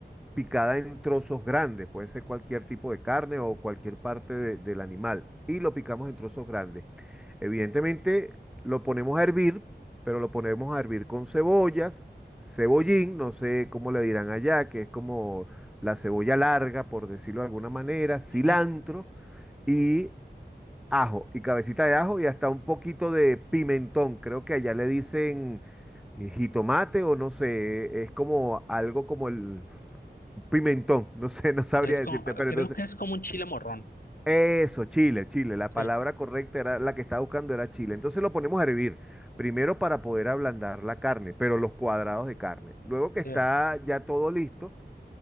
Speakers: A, in the centre; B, on the left.
A: picada en trozos grandes, puede ser cualquier tipo de carne o cualquier parte de- del animal, y lo picamos en trozos grandes. Evidentemente lo ponemos a hervir, pero lo ponemos a hervir con cebollas, cebollín, no sé cómo le dirán allá, que es como la cebolla larga, por decirlo de alguna manera, cilantro
B: Ujú.
A: y ajo, y cabecita de ajo y hasta un poquito de pimentón, creo que allá le dicen eh, jitomate o no sé, es como algo como el Pimentón, <laughs> no sé, no sabría
B: Es
A: decirte,
B: como-
A: pero
B: creo
A: entonces,
B: que es como un chile morrón.
A: eso, Chile, Chile, la
B: Sí,
A: palabra correcta era la que estaba buscando era Chile. Entonces lo ponemos a hervir, primero para poder ablandar la carne, pero los cuadrados de carne. Luego que
B: sí.
A: está ya todo listo,